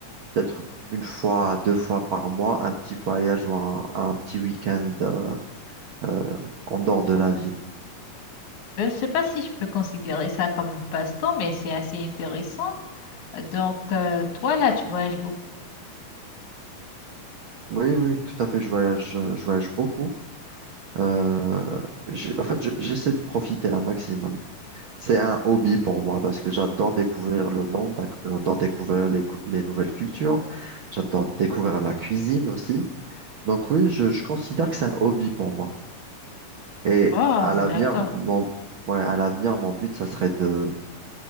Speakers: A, on the right; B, on the left.
A: peut-être une fois, deux fois par mois, un petit voyage ou un, un petit week-end euh, euh, en dehors de la ville.
B: ben, je sais pas si je peux considérer ça comme un passe-temps, mais c'est assez intéressant. Donc, euh, toi, là, tu voyages beaucoup.
A: Oui, oui, tout à fait, je voyage, euh, je voyage beaucoup. Euh, j'ai- en fait, je- j'essaie de profiter un maximum. C'est un hobby pour moi parce que j'adore découvrir le monde, d'ac- j'adore découvrir les, cou- les nouvelles cultures, j'adore découvrir la cuisine aussi. Donc oui, je, je considère que c'est un hobby pour moi. Et
B: Oh,
A: à l'avenir,
B: d'accord.
A: mon, ouais, à l'avenir, mon but, ça serait de,